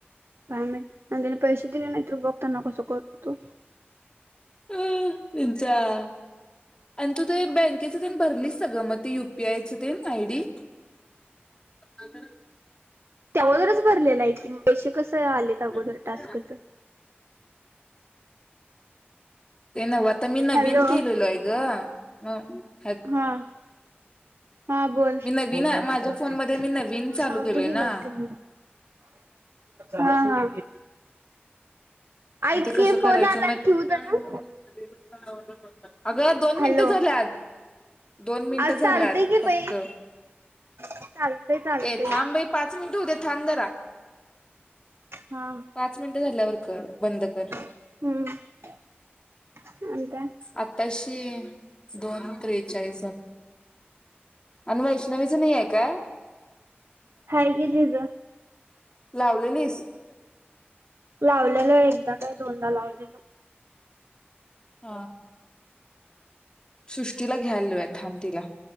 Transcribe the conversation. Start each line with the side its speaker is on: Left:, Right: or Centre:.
Right: <inaudible> पैसे दिले नाही तरी लोकांना कस कळतं. <unintelligible>
Left: <unintelligible> आणि तू ते बँकेचं तेन भरलीस सगळं मग ते यु पी आय चं ते आयडी. <inaudible>
Right: त्यावरचं भरलेला आहे की मग पैशे कसं
Left: <inaudible>
Right: आलेत अगोदर टास्कच.
Left: ते नव्हं आता मी नवीन
Right: हॅलो
Left: केलेलो आहे गं. हं
Right: हां हां बोल सांगतो
Left: मी नवीन माझ्या फोनमध्ये मी नवीन चालू केलोय
Right: गेलावरती
Left: ना
Right: मग हां हां ऐक
Left: मग ते कसं
Right: की फोन
Left: करायचं
Right: आलाय
Left: मग
Right: ठेवू जरा
Left: <inaudible> अगं दोन
Right: हॅलो
Left: मिनिटं झाल्यात, दोन मिनटं
Right: आज
Left: झाल्यात
Right: चालतय की
Left: फक्त
Right: बाई चालतय चालतय
Left: ए थांब ए, पाच मिनटं होऊ देत. थांब जरा
Right: हा
Left: पाच मिनटं झाल्यावर कर बंद कर.
Right: हम्म आणि काय
Left: आताशी दोन त्रेचाळीस- आणि वैष्णवीचं नाही आहे का
Right: हाय गेली गं
Left: लावलेलीस
Right: लावल्यालो एकदा काय दोनदा लावल्यालो
Left: हां सृष्टीला घ्यायला लावूया थांब तिला